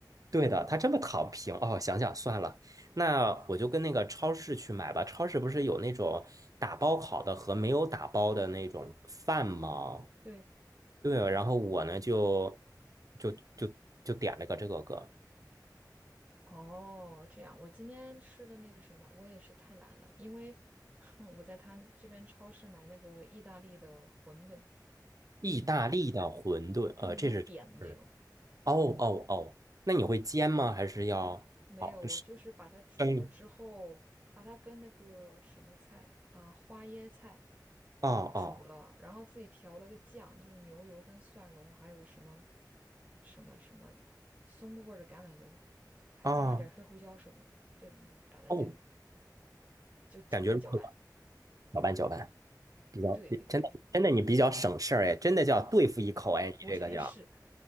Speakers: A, on the right (about 50°); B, on the right (about 20°).
A: 对的，他这么躺平哦。想想算了，那我就跟那个超市去买吧。超市不是有那种打包好的和没有打包的那种饭吗？
B: 对，
A: 对，然后我呢就就就就点了个这个个
B: 哦，这样。我今天吃的那个什么，我也是太懒了，因为 <laughs> 我在他这边超市买那个意大利的馄饨，
A: 意大利的馄饨，
B: 就那种扁的那种。
A: 呃，这是是的。哦哦哦，那你会煎吗？还是要好是
B: 没有，我就是把它煮了之后，
A: 嗯
B: 把它跟那个什么菜啊，花椰菜
A: 啊哦
B: 煮了，然后自己调了个酱，就是牛油跟蒜蓉，还有什么什么什么松露味儿的橄榄油，还加了点儿黑胡椒什么的，
A: 哦
B: 就把它就
A: 哦哦，
B: 就搅拌搅拌。
A: 感觉如何？搅拌搅拌，比较真的真的你比较省事儿哎，
B: 对对对，
A: 真的叫对付一口哎，
B: 胡差事。
A: 你这个叫